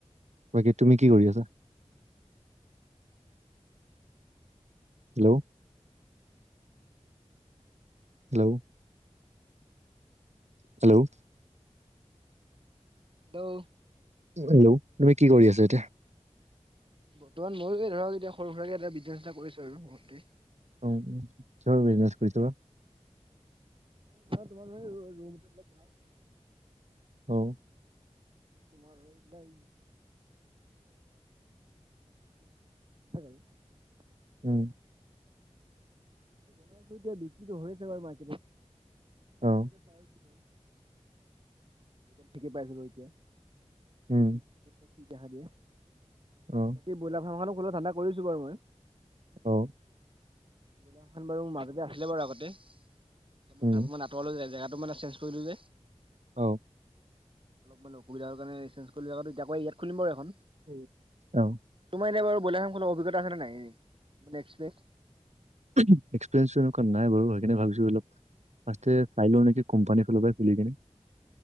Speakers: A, on the right; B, on the right.
A: বাকী তুমি কি কৰি আছা? Hello hello hello
B: hello
A: hello তুমি কি কৰি আছা এতিয়া?
B: বৰ্তমান ময়ো ধৰক এতিয়া সৰু সুৰাকে এটা বিজনেছ এটা কৰিছো আৰু ঘৰতেই।
A: অ উ কিহৰ বিজনেছ কৰি বা?
B: <unintelligible>
A: অ।
B: তোমাৰ আৰু এইবিলাক <unintelligible> <unintelligible>
A: উম।
B: বনাইছো এতিয়া বিক্ৰী হৈ আছে বাৰু মাৰ্কেটত
A: অ',
B: পিছলৈ চাও কি হয়। এ ঠিকে পাইছো এতিয়া,
A: উম,
B: পিছত বা কি দেখা দিয়ে।
A: অ।
B: এই ব্ৰইলাৰ ফাৰ্ম এখনো খোলা ধাণ্ডা কৰিছো বাৰু মই।
A: অ।
B: ব্ৰইলা ফাৰ্ম খন বাৰু মাজতে আছিলে বাৰু আগতে এতিয়া
A: উম,
B: <unintelligible> তলে জেগাতটো মানে চেঞ্জ কৰিলো যে।
A: অ।
B: মানে অসুবিধা হ'ল কাৰণে চেঞ্জ কৰিলো ইয়াত খুলিম বাৰু এখন।
A: ওম অ।
B: তোমাৰ এনে বাৰ ব্ৰইলাৰ ফ্ৰামখোলাৰ কোনো অভিজ্ঞতা আছে নাই? একস্পিৰেঞ্চ
A: এক্সপিৰিয়েঞ্চ এ নাই বাৰু সেই কাৰনে ভাবিছো অলপ ফাষ্টে চাই লও নেকি, কোম্পানী ফলৰ পৰাই খুলি কিনে।